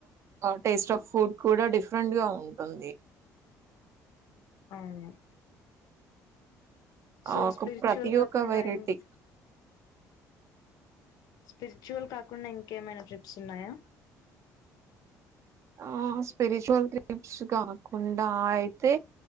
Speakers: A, on the right; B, on the left.
A: టేస్ట్ ఆఫ్ ఫుడ్ కూడా డిఫరెంట్ గా ఉంటుంది
B: అవును సో
A: ఆ ఒక
B: స్పిరిచువల్
A: ప్రతి
B: కాకుండా
A: ఒక వెరైటీ
B: ఇం స్పిరిచువల్ కాకుండా ఇం ఇంకేమైనా ట్రిప్స్ ఉన్నాయా
A: ఆ స్పిరిచువల్ క్లిప్స్ కాకుండా అయితే